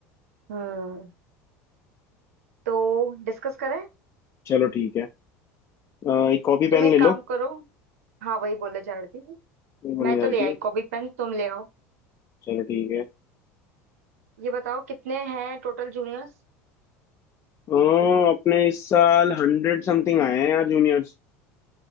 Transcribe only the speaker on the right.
हम्म तो डिस्कस करें
तुम
एक
काम
करो हाँ वही बोले जा रही थी
मैं
तो
ले
आई कॉपी पेन तुम ले आओ
ये बताओ कितने हैं टोटल जूनियर्स